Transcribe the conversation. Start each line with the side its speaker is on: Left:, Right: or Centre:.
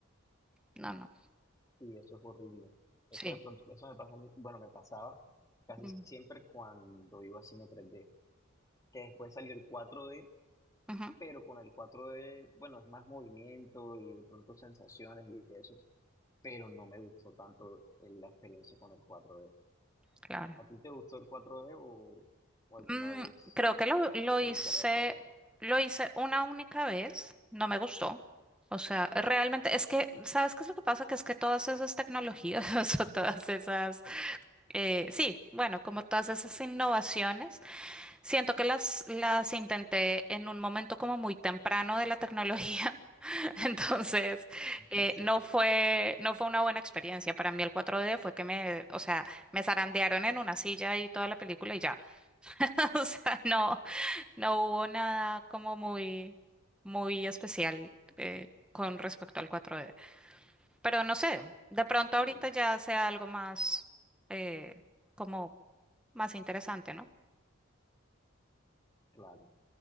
Centre: no, no,
Left: Y eso es horrible. Eso
Centre: sí.
Left: de pronto, eso me pasa a mí, bueno, me pasaba casi
Centre: Mm.
Left: siempre cuando iba a cine tres d que después salió el cuatro d
Centre: Ujú,
Left: pero con el cuatro d bueno, es más movimiento y de pronto sensaciones y eso, pero no me gustó tanto eh, la experiencia con el cuatro d
Centre: Claro.
Left: ¿A ti te gustó el cuatro d o, o alguna
Centre: Mm,
Left: vez
Centre: creo que lo, lo
Left: te
Centre: hice,
Left: gustaría probarlo?
Centre: lo hice una única vez, no me gustó. O sea, realmente es que, ¿sabes qué es lo que pasa? Que es que todas esas tecnologías <laughs> o todas esas, eh, sí, bueno, como todas esas innovaciones, siento que las, las intenté en un momento como muy temprano de la tecnología. <laughs> Entonces,
Left: <laughs>
Centre: eh,
Left: Sí,
Centre: no fue, no fue una buena experiencia. Para mí el cuatro d fue que me, o sea, me zarandearon en una silla y toda la película y ya. <laughs> O sea, no. No hubo nada como muy, muy especial eh, con respecto al cuatro d Pero no sé, de pronto ahorita
Left: sí,
Centre: ya sea algo más, eh, como más interesante, ¿no?
Left: claro.